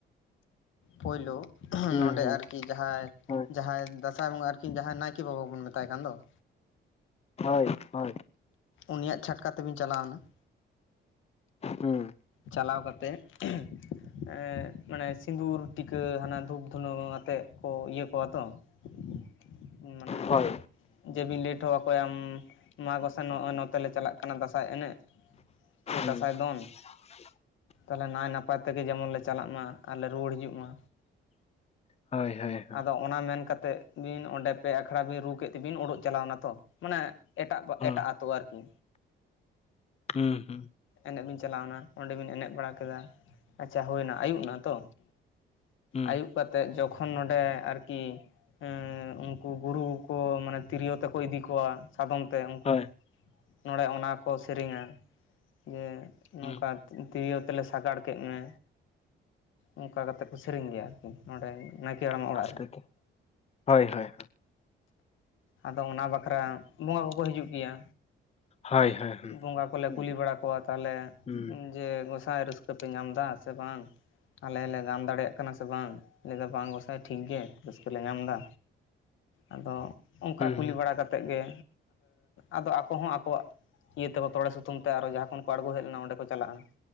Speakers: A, on the left (about 80°); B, on the left (about 30°).
A: ᱯᱳᱭᱞᱳ
B: ᱦᱩᱸ
A: ᱱᱚᱸᱰᱮ
B: ᱦᱩᱸ
A: ᱟᱨ ᱠᱤ ᱡᱟᱦᱟᱸᱭ
B: ᱦᱳᱭ
A: ᱡᱟᱦᱟᱸᱭ ᱫᱟᱸᱥᱟᱭ ᱵᱚᱸᱜᱟ ᱟᱨᱠᱤ ᱡᱟᱦᱟᱸᱭ ᱱᱟᱭᱠᱮ ᱵᱟᱵᱟ ᱵᱚᱱ ᱢᱮᱛᱟᱭ ᱠᱟᱱ ᱫᱚ ᱾
B: ᱦᱚᱭ ᱦᱚᱭ ᱾
A: ᱩᱱᱤᱭᱟᱜ ᱪᱷᱟᱴᱠᱟ ᱛᱮᱵᱤᱱ ᱪᱟᱞᱟᱣᱱᱟ ᱾
B: ᱦᱩᱸ ᱾
A: ᱪᱟᱞᱟᱣ ᱠᱟᱛᱮᱫ <unintelligible> ᱾ ᱮᱸ ᱢᱟᱱᱮ ᱥᱤᱸᱫᱩᱨ ᱴᱤᱠᱟᱹ, ᱦᱟᱱᱟ ᱫᱷᱩᱯ ᱫᱷᱩᱱᱟᱹ ᱟᱛᱮᱫ ᱠᱚ ᱤᱭᱟᱹ ᱠᱚᱣᱟ ᱛᱚ ᱾ ᱢᱟᱱᱮ
B: ᱦᱳᱭ
A: ᱡᱮ ᱵᱤᱱ ᱞᱮᱭ ᱦᱚᱴᱚ ᱟᱠᱚᱭᱟ ᱢᱟ ᱜᱚᱥᱟᱭ ᱱᱚᱜᱼᱚᱭ ᱱᱚᱛᱮ ᱞᱮ ᱪᱟᱞᱟᱜ ᱠᱟᱱᱟ ᱫᱟᱸᱥᱟᱭ ᱮᱱᱮᱡ ᱾ ᱥᱮ
B: ᱦᱩᱸ
A: ᱫᱟᱸᱥᱟᱭ ᱫᱚᱱ ᱾
B: <unintelligible>
A: ᱛᱟᱦᱚᱞᱮ ᱱᱟᱭ ᱱᱟᱯᱟᱭ ᱛᱮᱜᱮ ᱡᱮᱢᱚᱱ ᱞᱮ ᱪᱟᱞᱟᱜ ᱢᱟ ᱾ ᱟᱨ ᱞᱮ ᱨᱩᱣᱟᱹᱲ ᱦᱤᱡᱩᱜ ᱢᱟ,
B: ᱦᱳᱭ ᱦᱳᱭ ᱦᱳᱭ ᱦᱩᱸ
A: ᱟᱫᱚ ᱚᱱᱟ ᱢᱮᱱ ᱠᱟᱛᱮᱜ ᱵᱤᱱ ᱚᱸᱰᱮ ᱯᱮ ᱟᱠᱷᱲᱟ ᱵᱤᱱ ᱨᱩ ᱠᱮᱫ ᱛᱮᱵᱤᱱ ᱩᱰᱩᱜ ᱪᱟᱞᱟᱣᱱᱟ ᱛᱚ ᱢᱟᱱᱮ ᱮᱴᱟᱜ ᱠᱚ
B: ᱦᱩᱸ
A: ᱮᱴᱟᱜ ᱟᱛᱳ ᱟᱨᱠᱤ᱾
B: ᱦᱩᱸ ᱦᱩᱸ
A: ᱮᱱᱮᱡ ᱵᱮᱤᱱ ᱪᱟᱞᱟᱣᱱᱟ ᱚᱸᱰᱮ ᱵᱮᱤᱱ ᱮᱱᱮᱡ ᱵᱟᱲᱟ ᱠᱮᱫᱟ ᱟᱪᱪᱷᱟ ᱦᱩᱭᱱᱟ ᱟᱹᱭᱩᱵ ᱮᱱᱟ ᱛᱚ
B: ᱦᱩᱸ
A: ᱟᱹᱭᱩᱵ ᱠᱟᱛᱮ ᱡᱚᱠᱷᱚᱱ ᱱᱚᱰᱮ ᱟᱨᱠᱤ ᱦᱩᱸ ᱩᱱᱠᱩ ᱜᱩᱨᱩ ᱠᱚ ᱢᱟᱱᱮ ᱛᱤᱨᱭᱳ ᱛᱮᱠᱚ ᱤᱫᱤ ᱠᱚᱣᱟ ᱥᱟᱫᱚᱢ ᱛᱮ ᱩᱱᱠᱩ
B: ᱦᱳᱭ
A: ᱱᱚᱰᱮ ᱚᱱᱟ ᱠᱚ ᱥᱮᱨᱮᱧᱟ ᱡᱮ ᱱᱚᱝᱠᱟ
B: ᱦᱩᱸ
A: ᱛᱤᱨᱭᱳ ᱛᱮᱞᱮ ᱥᱟᱜᱟᱲ ᱠᱮᱫ ᱢᱮ ᱚᱱᱠᱟ ᱠᱟᱛᱮᱜ ᱠᱚ ᱥᱮᱨᱮᱧ ᱜᱮᱭᱟ ᱠᱚ ᱱᱚᱸᱰᱮ ᱱᱟᱭᱠᱮ ᱦᱟᱲᱟᱢᱟᱜ
B: <unintelligible>
A: ᱚᱲᱟᱜ ᱨᱮ
B: ᱦᱳᱭ ᱦᱳᱭ
A: ᱟᱫᱚ ᱚᱱᱟ ᱵᱟᱠᱷᱨᱟ ᱵᱚᱸᱜᱟ ᱠᱚᱠᱚ ᱦᱤᱡᱩᱜ ᱜᱮᱭᱟ
B: ᱦᱳᱭ ᱦᱳᱭ ᱦᱩᱸ
A: ᱵᱚᱸᱜᱟ ᱠᱚᱞᱮ
B: ᱦᱩᱸ
A: ᱠᱩᱞᱤ ᱵᱟᱲᱟ ᱠᱚᱣᱟ ᱛᱟᱦᱚᱞᱮ
B: ᱦᱩᱸ
A: ᱡᱮ ᱜᱚᱸᱥᱟᱭ ᱨᱟᱹᱥᱠᱟᱹ ᱨᱟᱹᱥᱠᱟᱹ ᱯᱮ ᱧᱟᱢ ᱮᱫᱟ ᱥᱮ ᱵᱟᱝ ᱟᱞᱮ ᱞᱮ ᱜᱟᱱ ᱫᱟᱲᱮᱭᱟᱜ ᱠᱟᱱᱟ ᱥᱮ ᱵᱟᱝ ᱵᱟᱝ ᱜᱚᱸᱥᱟᱭ ᱴᱷᱤᱠ ᱜᱮ ᱨᱟᱹᱥᱠᱟᱹᱮ ᱧᱟᱢ ᱮᱫᱟ ᱟᱫᱚ ᱚᱱᱠᱟ
B: ᱦᱩᱸ
A: ᱠᱩᱞᱤ ᱵᱟᱲᱟᱛᱮᱫ ᱜᱮ ᱟᱫᱚ ᱟᱠᱚ ᱦᱚᱸ ᱟᱠᱚᱣᱟᱜ ᱤᱭᱟᱹ ᱛᱮᱠᱚ ᱛᱚᱲᱮ ᱥᱩᱛᱟᱢ ᱛᱮ ᱟᱨ ᱦᱚ ᱡᱟᱦᱟᱸ ᱠᱷᱚᱱ ᱠᱚ ᱟᱬᱜᱚ ᱦᱮᱡ ᱞᱮᱱᱟ ᱚᱸᱰᱮ ᱠᱚ ᱪᱟᱞᱟᱜᱼᱟ